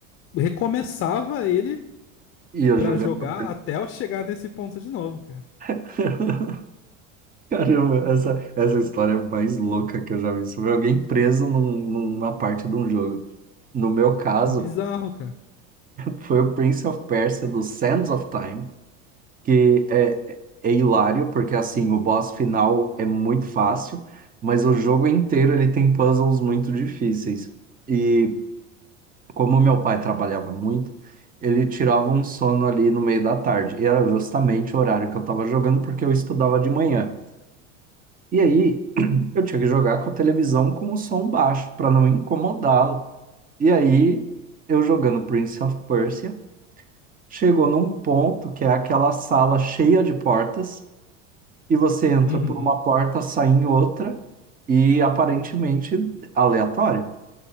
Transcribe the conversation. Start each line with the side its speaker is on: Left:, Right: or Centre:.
Left: recomeçava ele
Right: E eu
Left: pra
Right: jogando.
Left: jogar
Right: pra
Left: até eu chegar nesse ponto de novo, cara.
Right: <laughs> Caramba, essa, essa história é mais louca que eu já vi sobre alguém preso num- numa parte de um jogo. No meu caso,
Left: É Bizarro, cara.
Right: foi o Prince of Persia do Sands of Time, que é, é é hilário, porque assim, o boss final é muito fácil, mas o jogo inteiro ele tem puzzles muito difíceis. E como meu pai trabalhava muito, ele tirava um sono ali no meio da tarde, e era justamente o horário que eu estava jogando, porque eu estudava de manhã. E aí, Eu tinha que jogar com a televisão com o som baixo, para não incomodá-lo. E aí, eu jogando Prince of Persia, chegou num ponto que é aquela sala cheia de portas, e você entra
Left: Uhum.
Right: por uma porta, sai em outra, e aparentemente aleatório.